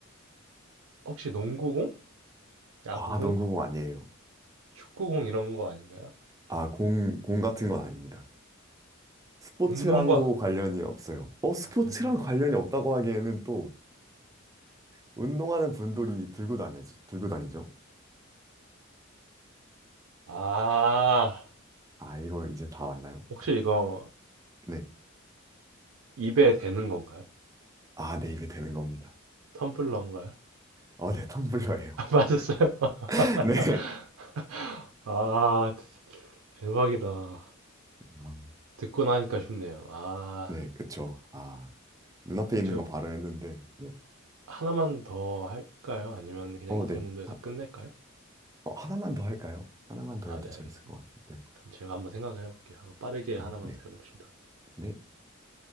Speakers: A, on the right (about 80°); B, on the right (about 15°).
A: 혹시 농구공? 야구공?
B: 아, 농구공 아니에요.
A: 축구공 이런 거 아닌가요?
B: 아, 공, 공 같은 건 아닙니다. 스포츠랑도
A: 운동과 그-
B: 관련이 없어요. 어, 스포츠랑
A: 아, 관련이요.
B: 관련이 없다고 하기에는 또 운동하는 분들이 들고 다니지, 들고 다니죠.
A: 아,
B: 아, 이거 이제 다 왔나요?
A: 혹시 이거
B: 네.
A: 입에 대는 건가요?
B: 아, 네, 이게 되는 겁니다.
A: 텀블러인가요? <laughs>
B: 어, 네, 텀블러예요.
A: 아, 맞았어요? <laughs>
B: <laughs> 네.
A: 아, 대박이다.
B: 아,
A: 듣고 나니까 쉽네요. 아,
B: 네, 그쵸. 아, 눈앞에
A: 그럼
B: 있는
A: 제가
B: 거 바로 했는데. 네.
A: 하나만 더 할까요? 아니면 그냥
B: 어,
A: 이
B: 네.
A: 정도에서
B: 하,
A: 끝낼까요?
B: 어, 하나만 더 할까요? 하나만 더
A: 아,
B: 해도
A: 네,
B: 재밌을
A: 알겠습니다.
B: 것 같은데.
A: 그럼 제가 한번 생각을 해볼게요. 한번 빠르게 하나만
B: 어, 네.
A: 더 해봅시다.
B: 네.